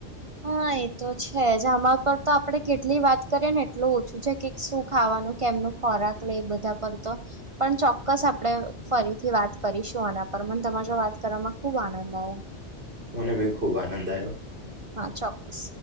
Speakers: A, on the right; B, on the right.
A: હા એતો છેજ. આમાં પર તો આપડે કેટલી વાત કરીએ ને એટલું ઓછું છે કે શું ખાવાનું, કેમનું ખોરાક લે બધા પર તો. પણ ચોક્કસ આપડે ફરીથી વાત કરીશું આના પર. મન તમારા જોડે વાત કરવામાં ખુબ આનંદ આયો.
B: મને ભી ખૂબ આનંદ આયો.
A: હા ચોક્કસ.